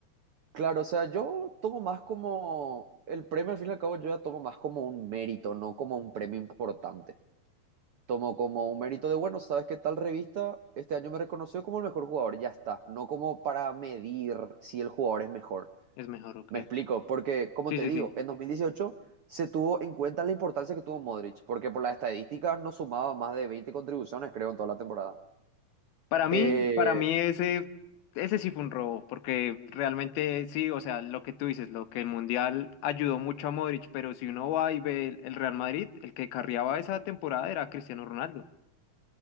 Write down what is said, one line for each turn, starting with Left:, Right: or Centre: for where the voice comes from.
Right: claro, o sea, yo tomo más como el premio, al fin y al cabo, yo ya tomo más como un mérito, no como un premio importante. Tomo como un mérito de, bueno, sabes que tal revista este año me reconoció como el mejor jugador, ya está. No como para medir si el jugador es mejor.
Left: Es mejor, ok.
Right: Me explico, porque como
Left: Sí,
Right: te
Left: sí,
Right: digo,
Left: sí.
Right: en 2018 se tuvo en cuenta la importancia que tuvo Modric, porque por las estadísticas no sumaba más de 20 contribuciones, creo, en toda la temporada.
Left: Para mí,
Right: Eh,
Left: para mí ese, ese sí fue un robo, porque realmente sí, o sea, lo que tú dices, lo que el Mundial ayudó mucho a Modric, pero si uno va y ve el el Real Madrid, el que carriaba esa temporada era Cristiano Ronaldo.